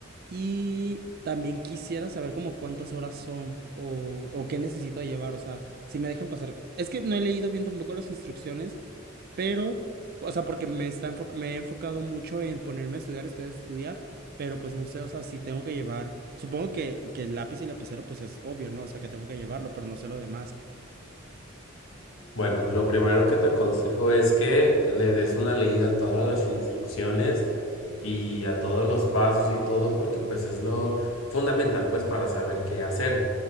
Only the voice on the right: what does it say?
Y también quisiera saber como cuántas horas son o, o qué necesito llevar, o sea, si me dejan pasar. Es que no he leído bien tampoco las instrucciones pero, o sea, porque me, está enfo- me he enfocado mucho en ponerme a estudiar, estudiar, estudiar, pero pues no sé, o sea, si tengo que llevar, supongo que, que el lápiz y lapicero pues es obvio, ¿no? O sea, que tengo que llevarlo, pero no sé lo demás.